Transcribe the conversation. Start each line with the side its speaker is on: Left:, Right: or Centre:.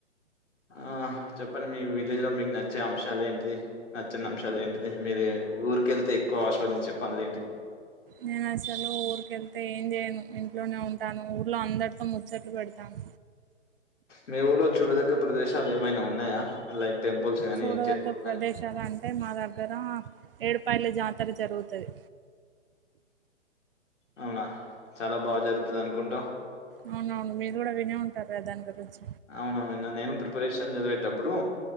Left: ఆ చెప్పండి మీ విలేజ్ లో మీకు నచ్చే అంశాలు ఏంటిది నచ్చని అంశాలు ఏంటిది మీరు ఊరికెళ్తే ఎక్కువ ఆస్వాదించే పనులేంటి
Right: నేను అసలు ఊరికెళ్తే ఏం చేయను ఇంట్లోనే ఉంటాను ఊర్లో అందరితో ము ముచ్చట్లు పెడతాము.
Left: మీ ఊర్లో చూడదగ్గ ప్రదేశాలు ఏమైనా ఉన్నాయా లైక్ టెంపుల్స్ గాని,
Right: చూడదగ్గ
Left: చెరువులు
Right: ప్రదేశాలు
Left: గాని?
Right: అంటే మా దగ్గర ఏడిపాయల జాతర జరుగుతది
Left: అవునా చాలా బా జరుగుతది అనుకుంటా
Right: అవునవును మీరు కూడా వినే ఉంటారు దాని గురించి
Left: అవును విన్న నేను ప్రిపరేషన్ జదివేటప్పుడు